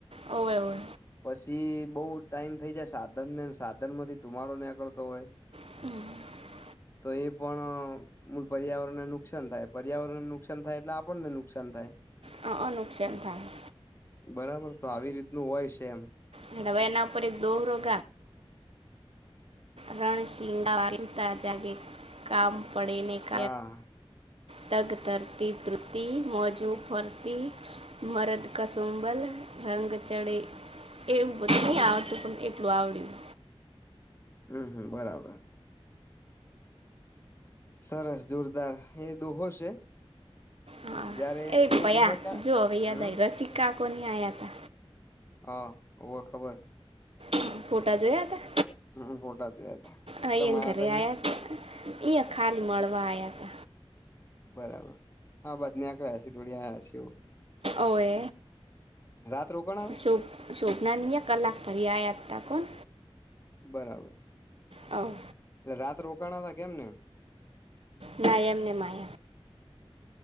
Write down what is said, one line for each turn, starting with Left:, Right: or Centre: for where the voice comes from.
Right: હોવે હોવે.
Left: પછી બોઉ ટાઈમ થઈ જાય સાધન ને સાધનમાંથી ધુમાડો નીકળતો હોય.
Right: હમ.
Left: તો એ મુ પર્યાવરણને નુકસાન થાય પર્યાવરણને નુકસાન થાય એટલે આપણને નુકસાન થાય.
Right: હા અ નુકસાન થાય.
Left: બરાબર તો આવી રીતનું હોય છે એમ.
Right: હમ એના ઉપર એક દોહરો <unintelligible> રણ <unintelligible> જાગે કામ પડેને <unintelligible>
Left: હા
Right: તગ ધરતી ધૃજતી, મોજું ફરતી, મરદ કસુંભલ રંગ ચડે એવું બધું નઈ આવડતું પણ એટલું આવડ્યું.
Left: હમ હમ બરાબર. સરસ જોરદાર એ દોહો છે?
Right: હા
Left: જયારે
Right: એ પેલા
Left: દોહો ક્યાં
Right: જો અવે યાદ
Left: હમ
Right: આવ્યું રસિકા કોકો નહીં આવ્યો હતો.
Left: હા હોવે ખબર.
Right: હતા ફોટા જોયા હતા?
Left: હમ ફોટા જોયા હતા.
Right: અહીંયા
Left: સમાયા હતા
Right: ઘરે
Left: અહિયાં
Right: આવ્યાં હતા. એ ખલી મળવા આવ્યાં હતા.
Left: બરાબર આ વાત ને નોકર સ્તરીય હશે એવુ.
Right: અવે
Left: રાત રોકાણા
Right: શું સોભરા ની કલાક ફરી આવ્યાં હતા તે કોણ?
Left: બરાબર.
Right: આવ.
Left: એટલે રાત રોકાણ હતા કેમ ને.
Right: ના એમને આયા.